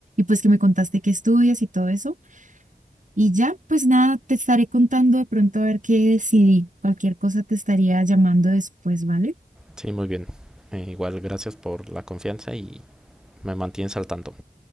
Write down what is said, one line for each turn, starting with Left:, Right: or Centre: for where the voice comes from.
Right: pues que me contaste que estudias y todo eso. Y ya, pues nada, te estaré contando de pronto a ver qué decidí. Cualquier cosa te estaría llamando después, ¿vale?
Centre: Sí, muy bien. Eh, igual, gracias por la confianza y me mantienes al tanto.